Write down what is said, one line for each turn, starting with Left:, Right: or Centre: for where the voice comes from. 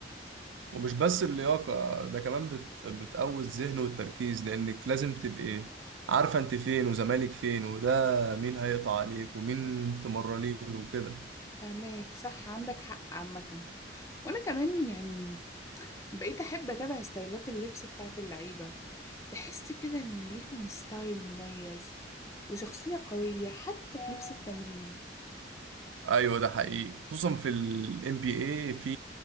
Right: ومش بس اللياقة ده كمان بت... بتقوي الذهن والتركيز لأنك لازم تبقي عارفة أنت فين وزمالك فين وده مين هيقطع عليك ومين تمرليله وكده
Left: فهماك صح عندك حق عامة وانا كمان يعني بقيت احب اتابع ستايلات اللبس بتاعت اللعيبة تحس كده ان ليهم ستايل مميز وشخصية قوية حتى في لبس التمرين
Right: أيوة ده حقيقي خصوصا في ال NBA في